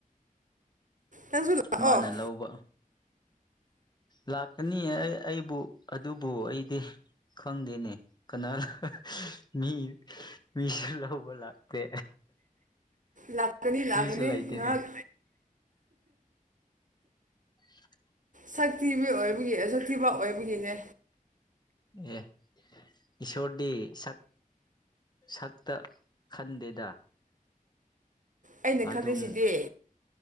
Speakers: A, on the right; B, on the left.
A: ꯅꯪꯁꯨ ꯂꯥꯛꯑꯣ
B: ꯃꯥꯅ ꯂꯧꯕ ꯂꯥꯛꯀꯅꯤ ꯑꯩ ꯑꯩꯕꯨ ꯑꯗꯨꯕꯨ ꯑꯩꯗꯤ ꯈꯪꯗꯦꯅꯦ ꯀꯅꯥ ꯃꯤ ꯃꯤꯁꯨ ꯂꯧꯕ ꯂꯥꯛꯇꯦ
A: ꯂꯥꯛꯀꯅꯤ ꯂꯥꯛꯀꯅꯤ
B: ꯃꯤꯁꯨ ꯂꯩꯇꯦꯅꯦ
A: ꯉꯥꯏꯍꯥꯛ
B: <inaudible>
A: ꯁꯛꯊꯤꯕꯤ ꯑꯣꯏꯕꯒꯤ ꯁꯛꯊꯤꯕ ꯑꯣꯏꯕꯒꯤꯅꯦ
B: ꯑꯦ ꯏꯁꯣꯔꯗꯤ ꯁꯛ ꯁꯛꯇ ꯈꯟꯗꯦꯗ
A: ꯑꯩꯅ
B: ꯑꯗꯨꯝ
A: ꯈꯜꯂꯤꯁꯤꯗꯤ